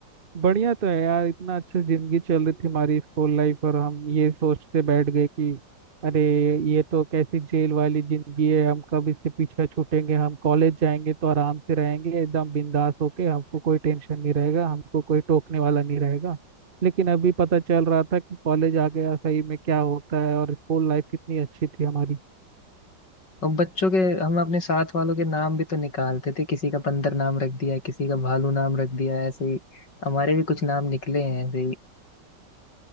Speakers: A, on the right (about 35°); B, on the left (about 75°).
A: बढ़िया तो है यार इतना अच्छे जिंदगी चल रही थी हमारी स्कूल लाइफ और हम ये सोचते बैठ गए कि अरे ये तो कैसी जेल वाली जिंदगी है हम कब इससे पीछे छूटेंगे हम कॉलेज जाएंगे तो आराम से रहेंगे एकदम बिंदास होके हमको कोई टेंशन नहीं रहेगा हमको कोई टोकने वाला नहीं रहेगा लेकिन अभी पता चल रहा था कि कॉलेज आ गया सही में क्या होता है और स्कूल लाइफ कितनी अच्छी थी हमारी
B: और बच्चों के हम अपने साथ वालों के नाम भी तो निकालते थे किसी का बंदर नाम रख दिया किसी का भालू नाम रख दिया ऐसे ही हमारे भी कुछ नाम निकले हैं ऐसे ही।